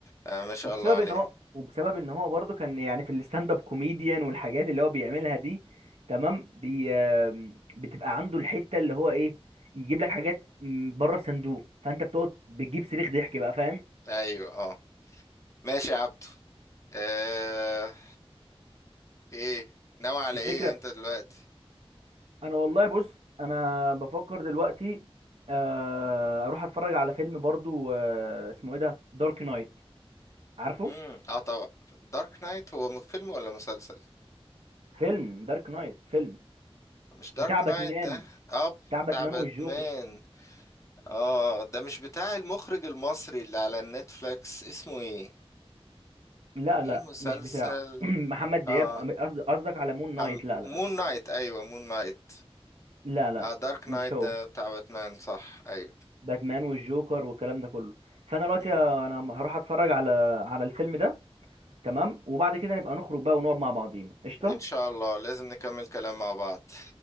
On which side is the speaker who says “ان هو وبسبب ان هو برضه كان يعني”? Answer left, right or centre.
Right